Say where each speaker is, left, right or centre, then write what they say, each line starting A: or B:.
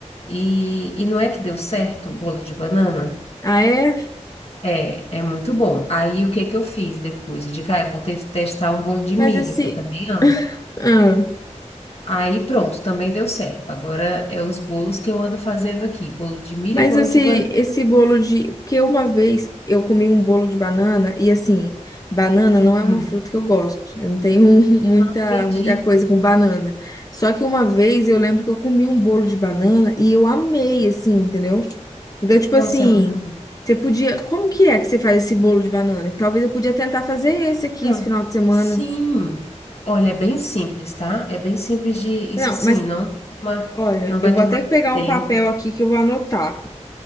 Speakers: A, on the left; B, on the left.
A: E, e não é que deu certo o bolo de banana?
B: Ah, é?
A: É, é muito bom. Aí o que que eu fiz depois? Eu digo, ah, eu vou te- testar um bolo de
B: Mas
A: milho,
B: esse.
A: que eu também amo.
B: ah,
A: Aí pronto, também deu certo. Agora é os bolos que eu ando fazendo aqui, bolo de milho
B: mas
A: e bolo
B: esse,
A: de banana.
B: esse bolo de. Porque uma vez eu comi um bolo de banana, e assim, banana não é
A: Hum.
B: uma fruta que eu gosto. Eu não tenho <laughs> muita,
A: Não acredito.
B: muita coisa com banana. Só que uma vez eu lembro que eu comi um bolo de banana e eu amei, assim, entendeu? Então, tipo
A: Nossa,
B: assim,
A: é muito bom.
B: você podia. Como que é que você faz esse bolo de banana? Talvez eu podia tentar fazer esse
A: Então,
B: aqui esse final de semana.
A: sim. Olha, é bem simples, tá? É bem simples de isso
B: Não,
A: assim,
B: mas
A: não vai tomar,
B: olha,
A: não vai
B: eu vou
A: tomar
B: até pegar
A: teu tempo.
B: um papel aqui que eu vou anotar.